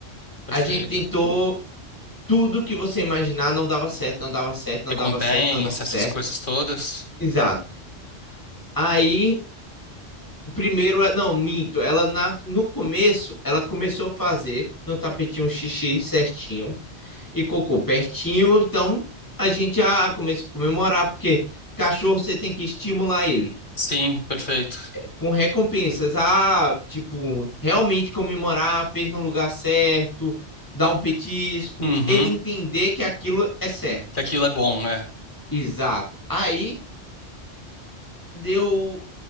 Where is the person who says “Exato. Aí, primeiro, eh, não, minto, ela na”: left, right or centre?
Left